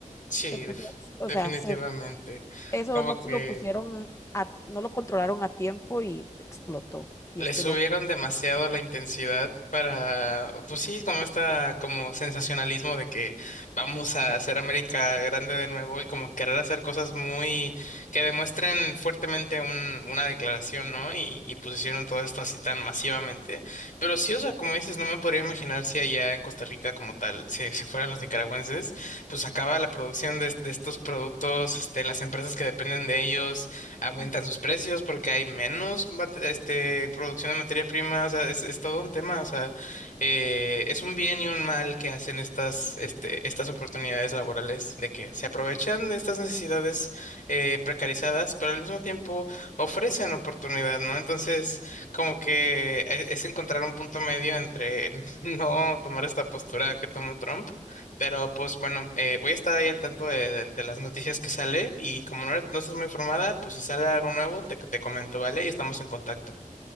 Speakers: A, on the left (about 75°); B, on the left (about 20°).
A: Sí,
B: Se puso-
A: def-
B: o
A: definitivamente.
B: sea, se- eso
A: Como
B: no
A: que
B: lo pusieron a, no lo controlaron a tiempo y explotó. Y
A: Le
B: este
A: subieron
B: loco.
A: demasiado la intensidad para, pues sí, como esta, como sensacionalismo de que vamos a hacer América grande de nuevo y como querer hacer cosas muy que demuestren fuertemente un, una declaración, ¿no? Y, y pues hicieron todo esto así tan masivamente. Pero sí, o sea, como dices, no me podría imaginar si allá en Costa Rica como tal, si, si fueran los nicaragüenses, pues acaba la producción de, de estos productos, este, las empresas que dependen de ellos aumentan
B: Ujú.
A: sus precios porque hay menos mate- este, producción de materia prima, o sea, es, es todo un tema, o sea, eh, es un bien y un mal que hacen estas, este, estas oportunidades laborales, de que se aprovechan de estas necesidades eh, precarizadas, pero al mismo tiempo ofrecen oportunidad, ¿no? Entonces, como que e- es encontrar un punto medio entre <laughs> no tomar esta postura que tomó Trump pero pues bueno, eh, voy a estar ahí al tanto de, de- de las noticias que sale y como no, eres- no estás muy informada, pues si sale algo nuevo, te, te comento, ¿vale? Y estamos en contacto.